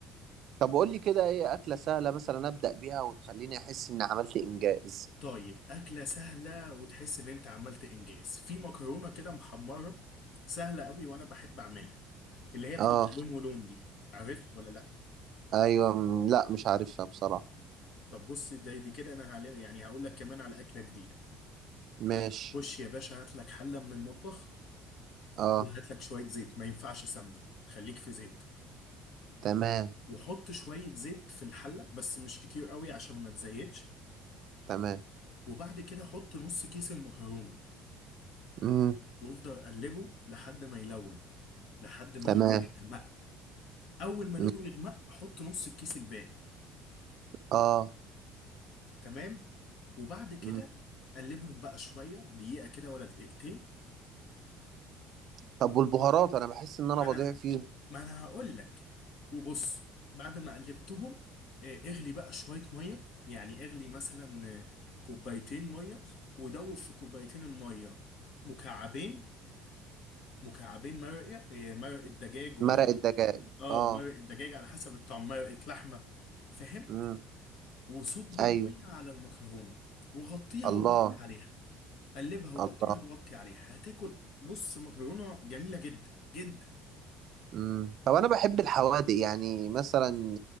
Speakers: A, on the right; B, on the left.
A: طب قول لي كده إيه أكلة سهلة مثلا أبدأ بيها وتخليني أحس إني عملت إنجاز
B: طيب أكلة سهلة وتحس إن أنت عملت إنجاز في مكرونة كده محمرة سهلة قوي وأنا بحب أعملها اللي هي بتبقى
A: آه
B: لون ولون دي عارفها ولا لأ؟
A: أيوة م- لا مش عارفها بصراحة
B: طب بص دي, دي كده أنا هل... يعني هقول لك كمان على أكلة جديدة
A: ماشي
B: خش يا باشا هات لك حلة من المطبخ
A: آه
B: وهات لك شوية زيت ما ينفعش سمنة خليك في زيت
A: تمام
B: وحط شوية زيت في الحلة بس مش كتير قوي عشان ما تزيتش
A: تمام
B: وبعد كده حط نص كيس المكرونة
A: مم.
B: وافضل قلبه لحد ما يلون لحد ما
A: تمام
B: لونه يغمق اول ما لونه
A: مم.
B: يغمق حط نص الكيس الباقي
A: آه
B: تمام وبعد كده
A: مم.
B: قلبهم بقى شويه دقيقه كده ولا دقيقتين
A: طب
B: و...
A: والبهارات أنا بحس إن
B: ما
A: أنا بضيع
B: انا
A: فيهم
B: ما انا هقول لك وبص بعد ما قلبتهم آه، اغلي بقى شويه ميه يعني اغلي مثلا آه، كوبايتين ميه ودوب في كوبايتين الميه مكعبين مكعبين مرقه آه، مرقه دجاج ولا
A: مرق الدجاج
B: اه
A: اه
B: مرقه دجاج على حسب الطعم مرقه لحمه فاهم
A: امم
B: وصب الميه
A: ايوه
B: على المكرونه وغطيها
A: الله
B: ووطي عليها قلبها وغطيها
A: الله
B: ووطي عليها هتاكل بص مكرونه جميله جدا جدا
A: امم طب انا بحب الحوادق يعني مثلا